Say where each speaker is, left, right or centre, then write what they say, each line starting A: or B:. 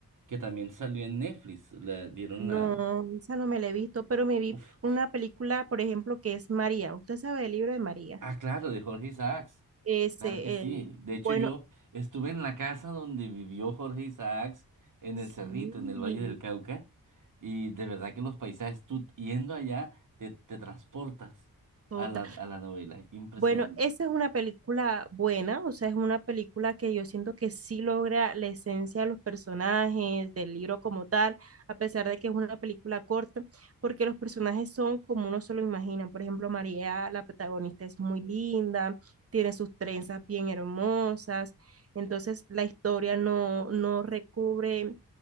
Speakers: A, on the right (about 60°); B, on the right (about 40°).
A: que también salió en Netflix. Le dieron
B: No,
A: la...
B: esa no me la he visto, pero me vi
A: Uf.
B: una película, por ejemplo, que es María. ¿Usted sabe el libro de María?
A: Ah, claro, de Jorge Isaacs.
B: Ese,
A: Claro que sí.
B: el,
A: De
B: bueno,
A: hecho, yo estuve en la casa donde vivió Jorge Isaacs, en
B: sí,
A: el Cerrito, en el Valle del Cauca, y de verdad que los paisajes, tú yendo allá, te, te transportas
B: total.
A: a la, a la novela. Impresionante.
B: Bueno, esa es una película buena, o sea, es una película que yo siento que sí logra la esencia de los personajes, del libro como tal, a pesar de que es una película corta, porque los personajes son como uno se lo imagina. Por ejemplo, María, la protagonista, es muy linda, tiene sus trenzas bien hermosas, entonces la historia no, no recubre